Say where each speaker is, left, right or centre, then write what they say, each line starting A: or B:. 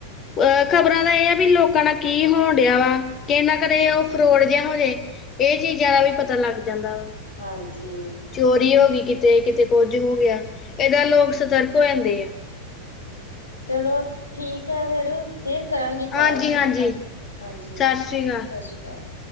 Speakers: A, on the left; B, on the left.
A: ਅਹ ਖ਼ਬਰਾਂ ਦਾ ਇਹ ਆ ਵੀ, ਲੋਕਾਂ ਨਾਲ ਕੀ ਹੋਣ ਡਿਆ ਵਾ। ਕਿਨਾ ਕਰਦੇ ਉਹ ਫਰੋਡ ਜਿਹਾ ਹੋਜੇ, ਇਹ ਚੀਜ਼ਾਂ ਦਾ ਵੀ ਪਤਾ ਲੱਗ ਜਾਂਦਾ ਵਾ।
B: ਹਾਂਜੀ।
A: ਚੋਰੀ ਹੋ ਗਈ ਕਿਤੇ, ਕਿਤੇ ਕੁੱਝ ਹੋ ਗਿਆ, ਏਦਾਂ ਲੋਕ ਸਤਰਕ ਹੋ ਜਾਂਦੇ ਆ।
B: ਚਲੋ, ਠੀਕ ਹੈ, ਫਿਰ। ਫਿਰ ਕਰਾਂਗੀ ਕਾਲ,
A: ਹਾਂਜੀ
B: ਮੈਂ
A: ਹਾਂਜੀ
B: ਹਾਂਜੀ,
A: ਸਤਿ ਸ਼੍ਰੀ ਅਕਾਲ
B: ਸਤਿ ਸ਼੍ਰੀ ਅਕਾਲ।